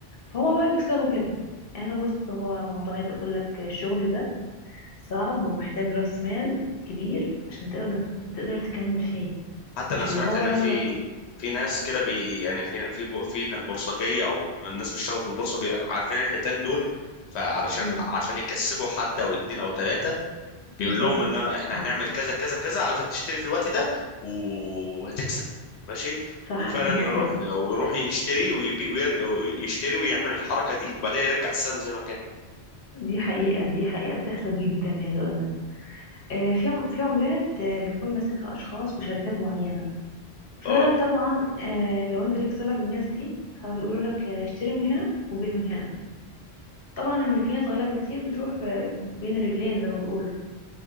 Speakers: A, on the left (about 60°); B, on the left (about 85°).
A: فهم بقى بيكسبوا كده يعني بص هو موضوع عايز اقول لك الشغل ده صعب ومحتاج راس مال كبير عشان تقدر تقدر تكمل فيه
B: حتى
A: مش
B: انا سمعت
A: اللي هو
B: ان
A: يلا
B: في في ناس كده بي يعني في في ب- في بورصجية او الناس بيشتغلوا في البورصة بي- عارفين الحيتان دول فعلشان
A: امم
B: ح- عشان يكسبوا حد او اتنين او تلاتة بيقول
A: بالظبط
B: لهم ان احنا
A: صح
B: هنعمل كذا كذا كذا عاوزك تشتري في الوقت ده وهتكسب ماشي
A: صح
B: وفعلا
A: دي حقيقة
B: يروح او يروح يشتري ويبيع ويشتري ويعمل الحركه دي وبعدين يرجع السهم زي ما كان
A: دي حقيقة دي حقيقة بتحصل جدا عايزة اقول لك آه، في عم- في عملات آه، بيكون ماسكها اشخاص وشركات معينة
B: اه
A: فطبعا آه، لو انت ليك صلة بالناس دي فبيقولوا لك آه، اشتري من هنا وبيع من هنا طبعا ان في ناس غلابة كتير بتروح في- بين الرجلين زي ما بيقولوا